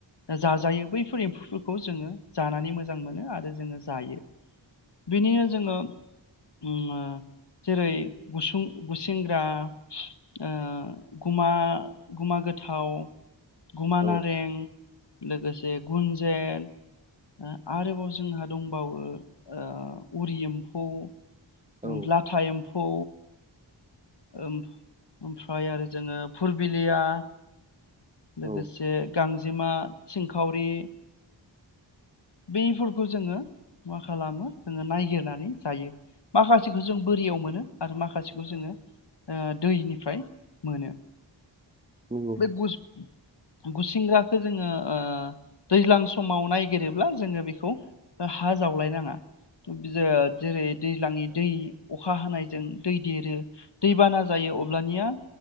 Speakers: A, on the left; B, on the right.
A: ओ जाजायो बैफोर एम्फौफोरखौ जोङो जानानै मोजां मोनो आरो जोङो जायो। बिनिनो जोङो उम जेरै गुसुं गुसेेंग्रा ओ गुमा गुमा गो थाव गुमा
B: औ
A: नारें लोगोसे गुन्जेत ओ आरोबाव जोंहा दंबावो ओ उरि एम्फौ उम
B: औ
A: लाथा एम फौ ओम-ओमफ्राय आरो जोङो फुरबिलिया लोगोसे
B: औ
A: गांजेमा सिंखावरि बेफोरखौ जोङो मा खालामो जोङो नायगिरनानै जायो। माखासेखौ जों बोरियाव मोनो आरो माखासेखौ जोङो ओ दैनिफ्राय मोनो
B: नंगौ
A: बे गुस गुसेंग्राखौ जोङो ओ दैज्लां समाव नायगिरो ब्ला जोङो बेखौ ओ हा जावलाय नाङा बियो जेरै दैज्लाङनि दै अखा हानायजों दै देरो दैबाना जायो अब्लानिया